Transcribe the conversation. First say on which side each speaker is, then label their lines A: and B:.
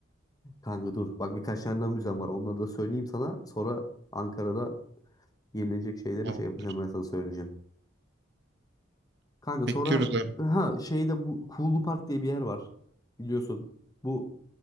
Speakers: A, on the left; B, on the right.
A: Kanka dur. Bak birkaç tane daha müzem var. Onları da söyleyeyim sana. Sonra Ankara'da yenilecek şeyleri
B: Tamam.
A: şey yapacağım ben sana söyleyeceğim. Kanka sonra
B: Bekliyoruz abi.
A: ha şeyde bu Kuğulu Park diye bir yer var. Biliyorsun. Bu